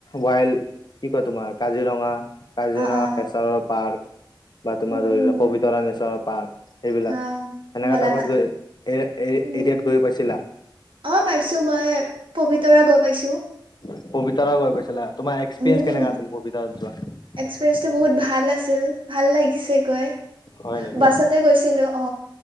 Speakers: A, on the left; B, on the right.
A: ৱাইল কি কয় তোমাৰ কাজিৰঙা কাজিৰঙা
B: অ অ
A: নেচাৰেল পাৰ্ক বা তোমাৰ
B: উম
A: ধৰি
B: উম
A: লোৱা পবিত্ৰতা নেশ্যনেল পাৰ্ক সেইবিলাক
B: আহ
A: সেনেকা
B: বলা
A: টাইপত
B: পাতো
A: গৈ এ এতিয়াত
B: উম
A: গৈ পাইছিলা
B: অ পাইছো মই পবিতৰা গৈ পাইছো
A: পবিতাৰ গৈ পাইছিলা তোমাৰ
B: উম
A: এক্সপিৰিয়েঞ্চ কেনেকা আছিল
B: এক্সপিৰিয়েঞ্চটো
A: পবিতাৰ
B: বহুত
A: যোৱা
B: ভাল আছিল ভাল লাগিছে গৈ
A: হয় নেকি
B: বাছতে গৈছিলো অ